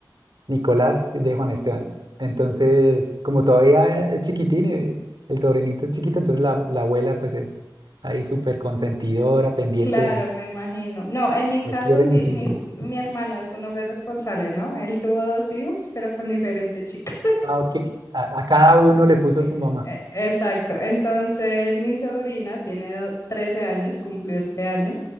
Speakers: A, on the right; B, on the left.
A: Nicolás de Juan Esteban. Entonces, como todavía es chiquitín, eh, el sobrinito es chiquito, entonces la, la abuela pues es ahí súper consentidora, pendiente,
B: claro, me imagino. No, en mi caso
A: lo quieren
B: sí,
A: muchísimo.
B: mi, mi hermano es un hombre responsable, ¿no? Él tuvo dos hijos, pero con diferente chica.
A: Ah, ok. A, a cada uno le puso
B: Eh,
A: su mamá.
B: eh, Exacto. Entonces, mi sobrina tiene do- 13 años, cumplió este año,